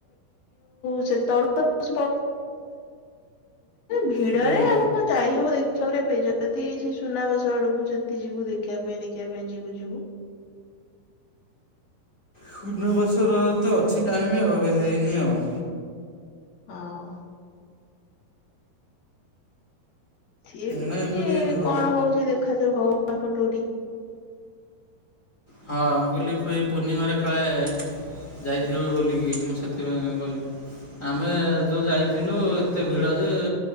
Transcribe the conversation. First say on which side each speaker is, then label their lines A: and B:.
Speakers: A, on the left (about 70°); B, on the left (about 35°).
A: <inaudible> ଯେତେ ଭିଡ଼ରେ
B: ହୁଁ
A: କଣ ଯାଇହବ ଦେଖିବା କରିବା ପାଇଁ, ଯଦି ସେ ସୁନାବେଶ ଆଡକୁ ଯଦି ଯିବୁ ଦେଖିବା ପାଇଁ ଦେଖିବା ପାଇଁ ଯିବୁ, ଯିବୁ।
B: ସୁନାବେଶର ତ ଅଛି ଟାଇମ୍ ଆଉ ହେଇନି ଆଉ।
A: ହଁ ଏ ବି
B: ନାଇଁ ବୋଲି ଦେବ
A: କଣ ହଉଛି ଦେଖାଯାଉ ଭଗବାନଙ୍କ ଡୋରି।
B: ହଁ ମୁଁ କହିଲି ଏବେ ଏଇ ପୂର୍ଣ୍ଣିମାରେ କାଳେ ଯାଇଥିବ ବୋଲିକି ମୁଁ ସେଥିପାଇଁ ଗଲି। ଆମେ ଯେଉଁ ଯାଇଥିଲୁ ଏତେ ଭିଡ଼ ଯେ